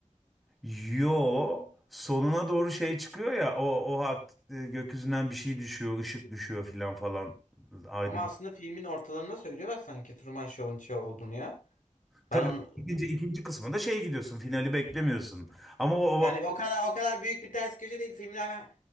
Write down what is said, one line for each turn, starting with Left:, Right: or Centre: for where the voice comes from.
Centre: yo sonuna doğru şey çıkıyor ya o o hat e, gökyüzünden bir şey düşüyor ışık düşüyor filan falan aydın.
Left: Ama aslında filmin ortalarında söylüyorlar sanki Truman Show'un şey olduğunu ya.
Centre: Tabii
Left: Ben onu
Centre: ikinci ikinci kısmında şey gidiyorsun finali beklemiyorsun. Ama o,
Left: yani
Centre: o
Left: o kadar o kadar büyük bir ters köşe değil filmi hemen